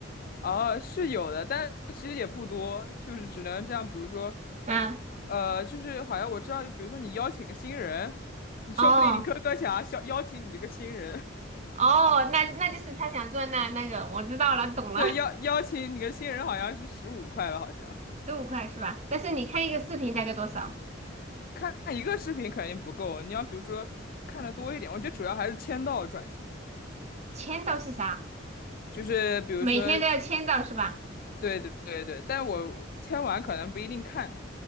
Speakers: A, on the left; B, on the right.
A: 啊，是有的，但其实也不多，就是只能这样，比如说，
B: 嗯，
A: 呃，就是好像我知道，比如说你邀请个新人，你说不定你哥哥想要邀邀请你这个新人，
B: 哦哦，那那就是他想赚那那个，我知道了，
A: <laughs>
B: 懂了，
A: 对，邀邀请你个新人好像是十五块吧，好像。
B: <laughs> 十五块是吧？但是你看一个视频大概多少？
A: 看一个视频肯定不够，你要比如说看的多一点，我觉得主要还是签到赚钱，
B: 签到是啥？
A: 就是比如说，
B: 每天都要签到是吧？
A: 对对对对，但我签完可能不一定看，